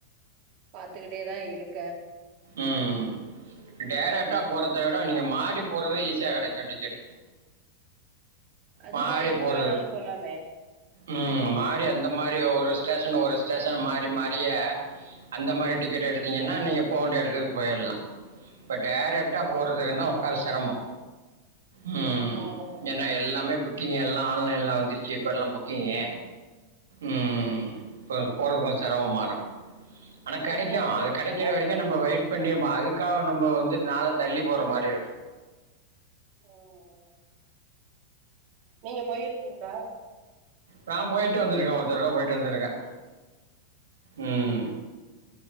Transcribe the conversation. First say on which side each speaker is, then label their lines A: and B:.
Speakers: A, on the right (about 40°); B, on the right (about 65°).
A: பாத்துக்கிட்டேதா இருக்க
B: உம் டைரக்டா போறத விட நீங்க மாறி போறது ஈஸியா கெடைக்கு டிக்கெட்
A: அதுதா
B: மாறி
A: எப்ப
B: போற
A: வேணாலு போலாமே
B: உம் மாறி அந்த மாரி ஒரு ஸ்டேஷன் ஒரு ஸ்டேஷன் மாறி -மாறியே அந்த மாரி டிக்கெட் எடுத்தீங்கன்னா நீங்க போவேண்டிய எடத்துக்கு போயர்லா இப்ப டைரக்டா
A: ஆ
B: போறதுக்குன்னா <unintelligible> செரமோ உம்
A: ஓ
B: ஏன்னா எல்லாமே புக்கிங் எல்லா ஆன்லைன்ல வந்துருச்சு இப்போ எல்லாம் புக்கிங்கு ம் இப்ப போறக்கு கொஞ்ச சிரமமா இருக்கு ஆனா
A: நீங்க
B: கெடைக்கு
A: போயிருக்கீங்களா
B: அது கெடைக்கிற வரைக்கு நம்ப வெயிட் பண்ணி அதுக்காக நம்ப வந் து நாள தள்ளி போற மாரி
A: ஆ ஆ நீங்க போயிருக்கீங்களா
B: நா போயிட்டு வந்திருக்கே ஒரு தடவ போயிட்டு வந்திருக்கே உம்